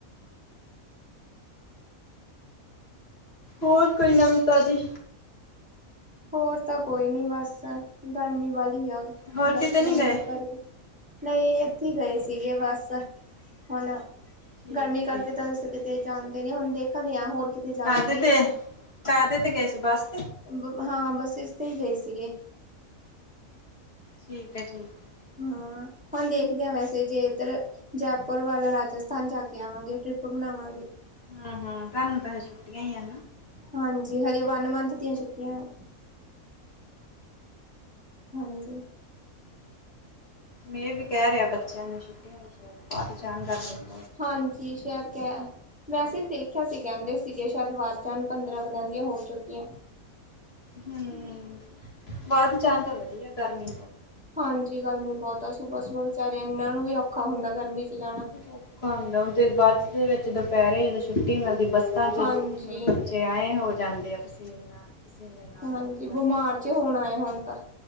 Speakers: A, on the left; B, in the centre.
A: ਹੋਰ ਕੋਈ ਨਵੀਂ ਤਾਜ਼ੀ।
B: ਹੋਰ ਤਾਂ ਕੋਈ ਨੀ ਬਸ ਗਰਮੀ ਵਾਲੀ ਆ।
A: ਹੋਰ
B: ਬੈਠੇ
A: ਕਿਤੇ ਨੀ
B: ਰਹਿਣੇ
A: ਗਏ?
B: ਆ ਘਰੇ। ਨਹੀਂ ਇੱਥੇ ਹੀ ਗਏ ਸੀਗੇ ਬਸ, ਹੁਣ
A: ਠੀਕ
B: ਗਰਮੀ
A: ਹੈ
B: ਕਰਕੇ
A: ਠੀਕ
B: ਤਾਂ
A: ਹੈ
B: ਵੈਸੇ ਕਿਤੇ ਜਾਂਦੇ ਨੀ ਹੁਣ ਦੇਖਦੇ ਆਂ ਹੋਰ ਕਿਤੇ ਜਾਵਾਂਗੇ।
A: ਕਾਹਦੇ ਤੇ ਕਾਹਦੇ ਤੇ ਗਏ ਸੀ ਬਸ
B: ਬ ਹਾਂ ਬੱਸਿਜ ਤੇ ਹੀ ਗਏ ਸੀਗੇ।
A: ਠੀਕ ਐ ਠੀਕ ਐ।
B: ਹਾਂ ਹੁਣ ਦੇਖਦੇ ਆ ਵੈਸੇ ਜੇ ਇੱਧਰ ਜੈਪੁਰ ਵੱਲ ਰਾਜਸਥਾਨ ਜਾ ਕੇ ਆਵਾਂਗੇ ਟ੍ਰਿਪ ਬਣਾਵਾਂਗੇ ।
A: ਹਾਂ ਹਾਂ ਤੁਹਾਨੂੰ <inaudible> ਠੀਕ ਏ
B: ਹਾਂਜੀ ਹਜੇ ਵਨ ਮੰਥ ਦੀਆਂ ਛੁੱਟੀਆਂ ਨੇ ਹਾਂਜੀ।
A: ਮੇ ਵੀ ਕਹਿ ਰਿਹਾ ਬੱਚਿਆਂ ਨੂੰ ਛੁੱਟੀਆਂ ਵੀ ਸ਼ਾਇਦ ਵੱਧ ਜਾਣ <unintelligible>
B: ਹਾਂਜੀ, ਸ਼ਾਇਦ ਕਹਿ ਮੈਸੇਜ ਦੇਖਿਆ ਸੀ ਕਹਿੰਦੇ ਸੀਗੇ ਸ਼ਾਇਦ ਵੱਧ ਜਾਣ ਪੰਦਰਾਂ ਕ ਦਿਨਾਂ ਦੀਆਂ ਹੋਰ ਛੁੱਟੀਆਂ।
A: ਹੂੰ, ਵੱਧ ਜਾਣ ਤਾਂ ਵਧੀਆ ਗੱਲ ਏ।
B: ਹਾਂਜੀ, ਗਰਮੀ ਬਹੁਤ ਆ ਸੁਬਾ-ਸੁਬਾ ਵਿਚਾਰੇ ਇਹਨਾਂ ਨੂੰ ਵੀ ਹੁੰਦਾ ਗਰਮੀ ਚ ਜਾਣਾ।
A: ਔਖਾ ਹੁੰਦਾ ਓਹ ਤੇ ਬਾਅਦ ਦੇ ਵਿੱਚ ਦੁਪਹਿਰੇ ਜਦੋਂ ਛੁੱਟੀ ਮਿਲਦੀ ਬੱਸਾਂ
B: ਹਾਂਜੀ
A: ਚ ਬੱਚੇ ਐ ਹੋ ਜਾਂਦੇ ਆ <unintelligible> ਪਸੀਨੇ ਨਾਲ
B: ਹਾਂਜੀ
A: ਐਨੀ ਗਰਮੀ
B: ਬਿਮਾਰ ਜੇ ਹੋਣ ਆਏ ਹੁਣ ਤਾਂ